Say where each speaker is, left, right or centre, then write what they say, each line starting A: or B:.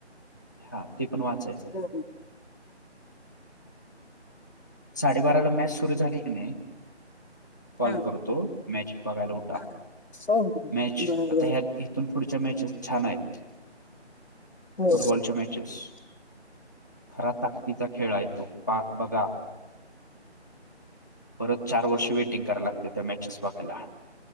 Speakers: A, on the left; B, on the left.
A: हा ते पण वाचायच
B: हम्
A: साडेबारा ला मॅच सुरू झाली की नाही कॉल
B: हा
A: करतो मॅच बघायला उठा
B: हा, हा. हो हो हो.
A: मॅच
B: बर
A: आता
B: बर
A: ह्या तिथून पुढच्या मॅचेस छान आहेत
B: हो
A: फुटबॉलच्या मॅचेस खरा ताकदीचा खेळ आहे तो पा बघा परत चार वर्ष वेटिंग करावला लागते त्या मॅचेस बघायला